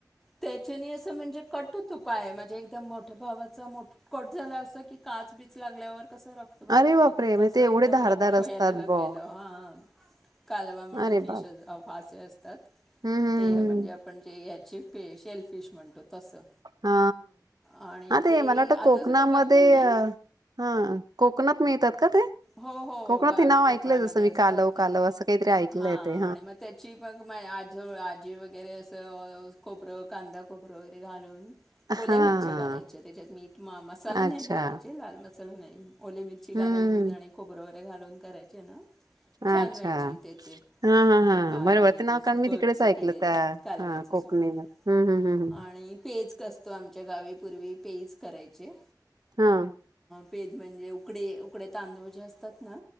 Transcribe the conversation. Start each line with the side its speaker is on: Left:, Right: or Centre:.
Centre: त्याच्या अस म्हणजे कटुत उपाय म्हणजे एकदम मोठ्या भावाचा. कट झाला असं की काच बीच लागल्यावर. कसं रक्तबंबाळ
Right: अरे बापरे
Centre: होत
Right: म्हणजे
Centre: तसं
Right: ते एवढे
Centre: एकदम
Right: धारदार
Centre: रक्त व्हायला
Right: असतात
Centre: लागलेलं
Right: बुवा
Centre: हा. कालवा म्हणून
Right: अरे
Centre: फिश.
Right: बाप
Centre: ज असतात.
Right: हम्म हम्म
Centre: ते
Right: हम्म
Centre: म्हणजे आपण जे हची शेलफिश म्हणतो. तसं
Right: हा
Centre: आणि
Right: हा ते मला वाट कोक.
Centre: आतासुद्धा
Right: कोकणामध्ये
Centre: बघते मी
Right: ह कोकणात मिळतात का. ते
Centre: हो हो
Right: कोकणात
Centre: गावी
Right: हे नाव
Centre: कोकणामध्ये
Right: ऐकलंय जसं मी
Centre: असतात
Right: कालव कालव असं काहीतरी ऐकलंय
Centre: हा
Right: ते
Centre: आणि मग त्याची म आज आजी वगैरे अस. खपरं कांदा कोपरं वगैरे घालून. ओल्या
Right: हा
Centre: मिरच्या घालायच्या, त्याच्यात मीठ मसाला नाही
Right: अच्छा
Centre: घालायचे, लाल म चल. ओले मिरची घालून
Right: हम्म
Centre: जा. बररो वरे घालून. कराय ना
Right: अच्छा
Centre: छानवायची त्या
Right: हा हा
Centre: हे
Right: हा
Centre: बाे
Right: बरोबर ते नाव कारण
Centre: सुक
Right: मी
Centre: अस
Right: तिकडेच ऐकलं
Centre: केलेलं
Right: त्या
Centre: कालव्याच
Right: हा कोकणीमध्ये
Centre: सुक आणि
Right: हम्म हम्म हम्म
Centre: पेज. असतो आमच्या गावीपूर्वी पेच करायचे
Right: हम
Centre: पेद म्हणजे उकडे उकडे तांदूळ जे असतात ना